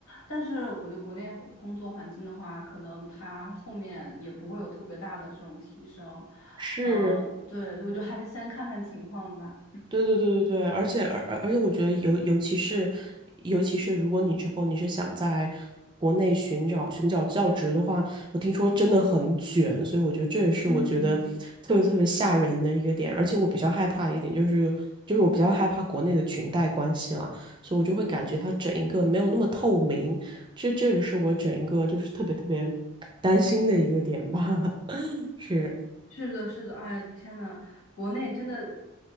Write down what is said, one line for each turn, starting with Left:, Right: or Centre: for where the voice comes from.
Left: 但是我觉得国内工作环境的话，可能它后面也不会有特别大的这种提升。
Right: 是，
Left: 嗯、对，我觉得还是先看看情况吧。
Right: 对对对对对，而且而而而且，我觉得尤尤其是尤其是如果你之后你是想在国内寻找寻找教职的话，我听说真的很卷，所以我觉得这也是我觉得特别特别吓人的一个点。
Left: 嗯。
Right: 而且我比较害怕一点就是就是我比较害怕国内的裙带关系啦，所以我就会感觉它整一个没有那么透明，这这也是我整一个就是特别特别担心的一个点吧。<laughs> 是，
Left: 是的，是的，哎呀，天呐，国内真的，